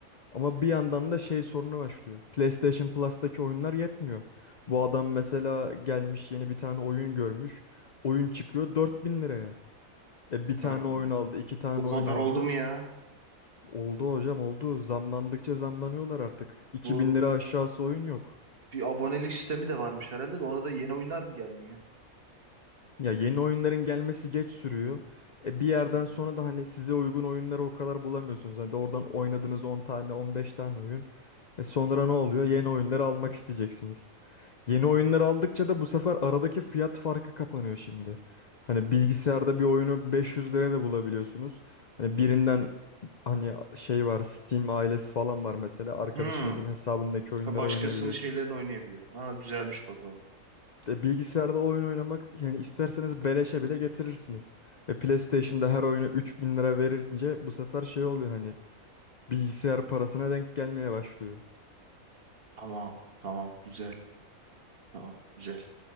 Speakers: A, on the left (about 80°); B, on the right (about 45°).
A: Ama bir yandan da şey sorunu başlıyor. PlayStation Plus'taki oyunlar yetmiyor. Bu adam mesela gelmiş yeni bir tane oyun görmüş. Oyun çıkıyor 4000 liraya. E bir tane
B: Hmm.
A: oyun aldı, iki tane
B: O
A: oyun
B: kadar
A: aldı.
B: oldu mu ya?
A: Oldu hocam oldu. Zamlandıkça zamlanıyorlar artık. iki
B: Bu
A: bin lira aşağısı oyun yok.
B: bir abonelik sistemi de varmış herhalde de ona da yeni oyunlar mı gelmiyor?
A: Ya yeni oyunların gelmesi geç sürüyor. E bir yerden
B: Hmm.
A: sonra da hani size uygun oyunları o kadar bulamıyorsunuz. Hani de oradan oynadığınız 10 tane, 15 tane oyun. E sonra ne oluyor? Yeni oyunları almak isteyeceksiniz. Yeni oyunları aldıkça da bu sefer aradaki fiyat farkı kapanıyor şimdi. Hani bilgisayarda bir oyunu 500 liraya da bulabiliyorsunuz. Hani birinden hani şey var, Steam ailesi falan var mesela. Arkadaşınızın
B: Hmm.
A: hesabındaki oyunları
B: Ha, başkasının
A: oynayabiliyorsunuz.
B: şeylerini oynayabiliyor. Aa güzelmiş bak o.
A: E, Bilgisayarda oyun oynamak yani isterseniz beleşe bile getirirsiniz. E PlayStation'da her oyuna 3000 lira verince bu sefer şey oluyor hani bilgisayar parasına denk gelmeye başlıyor.
B: Tamam. Tamam. Güzel. Tamam. Güzel.